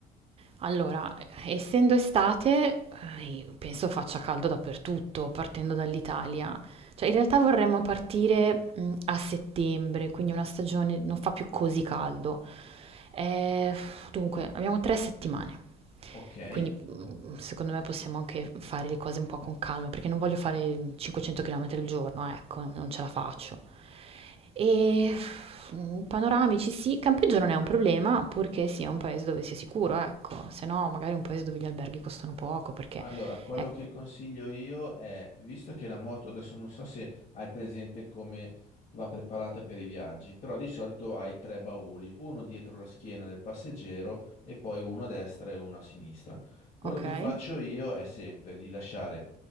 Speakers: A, on the right (about 35°); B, on the left (about 45°).
A: Allora, essendo estate, eh, penso faccia caldo dappertutto, partendo dall'Italia. Cioè, in realtà vorremmo partire mh, a settembre, quindi una stagione non fa più così caldo. Eh, dunque, abbiamo tre settimane.
B: Ok?
A: Quindi mhmm, secondo me possiamo anche fare le cose un po' con calma, perché non voglio fare 500 km al giorno, eh, ecco, non ce la faccio. E mhmm, panoramici sì, campeggio non è un problema, purché sia un paese dove sia sicuro, ecco, se no magari un paese dove gli alberghi costano poco perché
B: Allora, quello
A: eh,
B: che consiglio io è, visto che la moto adesso non so se hai presente come va preparata per i viaggi, però di solito hai tre bauli, uno dietro la schiena del passeggero e poi uno a destra e uno a sinistra. Quello
A: okay,
B: che faccio io è sempre di lasciare